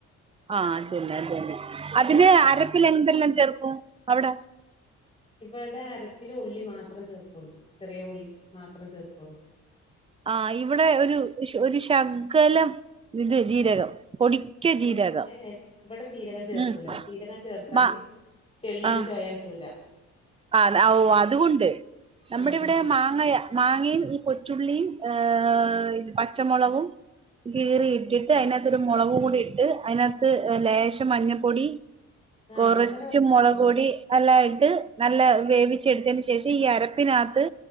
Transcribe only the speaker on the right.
ആ അത ന്നെ അത ന്നെ അതിന് അര പ്പില് എന്തെല്ലാം ചേർക്കും അവിട?
ആ ഇവിടെ ഒരു ശു രു ശകലം ഇത് ജീരകം പൊടിക്ക
ജീരകം
ഉം
മ
ആ
ആ ഔ അതുണ്ട് നമ്മടെ
ഇവിടെ
മാങ്ങയ മാങ്ങയും ഈ കൊച്ചുള്ളിയും ഏ പച്ചമുളകും കീറി ഇട്ടിട്ട് അയ്ന മുളകും കൂടി ഇട്ട് അയ്നത്ത് ഇ ലേശം മഞ്ഞൾപൊടി
കൊറച്ച്
മുളക് പൊടി അല്ലായിട്ട് നല്ല വേവിച്ചെടുത്തേന് ശേഷം ഈ അരപിനത്ത്